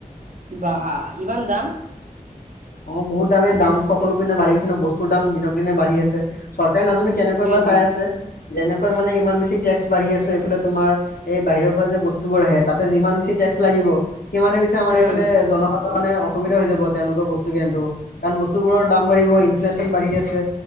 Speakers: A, on the right; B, on the left.
A: বা ইমান দাম।
B: অ বহুত দামেই দাম সকলো পিনে বাঢ়ি গৈছে ন বস্তুৰ দাম দিনক দিনে বাঢ়ি আছে। চৰ কাৰে নাজানো কেনেকৈ
A: সেইটোৱেটো
B: বা চাই আছে। যেনেকৈ মানে ইমান বেছি টেক্স বাঢ়ি আছে, এইফালে তোমাৰ এই বাহিৰৰ পৰা যে বস্তু বোৰ আহে তাতে যিমান বেছি টেক্স লাগিব সিমানে পিছে আমাৰ
A: উম
B: এইফালে জনসাধাৰণ মানে অসুবিধা হৈ যাব তেওঁলোকৰ বস্তু কাৰণ বস্তুবোৰৰ দাম বাঢ়িব, ইনফ্লেচন বাঢ়ি আছে।